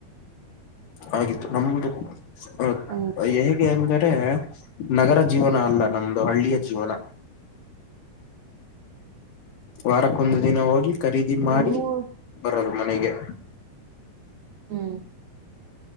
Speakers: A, on the left; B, on the right.
A: ಆಗಿತ್ತು ನಮ್ದು ಅ
B: ಹಂಗೆ
A: ಹೇಗೆ ಅಂದರೆ ನಗರ ಜೀವನ ಅಲ್ಲ ನಮ್ದು ಹಳ್ಳಿಯ ಜೀವನ ವಾರಕ್ಕೊಂದು ದಿನ ಹೋಗಿ ಖರೀದಿ ಮಾಡಿ
B: ನಮ್ಮೂ
A: ಬರದು ಮನೆಗೆ
B: ಹ್ಮ್